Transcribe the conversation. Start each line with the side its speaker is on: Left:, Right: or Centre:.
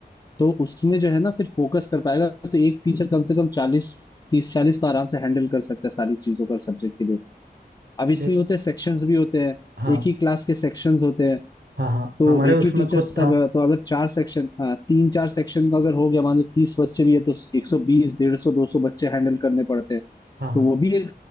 Left: तो उसमें जो है ना फिर फोकस कर पाएगा तो एक टीचर कम से कम चालीस तीस चालीस तो आराम से हैंडल कर सकता है सारी चीजों का सब्जेक्ट के लिए अब इसमें
Right: ले
Left: होते हैं सेक्शंस भी होते हैं
Right: हाँ
Left: एक ही क्लास के सेक्शंस होते हैं
Right: हाँ हाँ
Left: तो
Right: हमारे
Left: एक
Right: उसमें
Left: ही टीचर
Right: खुद
Left: सब
Right: था
Left: तो अगर चार सेक्शन तीन चार सेक्शन का अगर हो गया मान लो तीस बच्चे भी है तो एक सौ बीस डेढ़ सौ दो सौ बच्चे हैंडल करने पड़ते हैं
Right: हाँ हाँ
Left: तो वो भी एक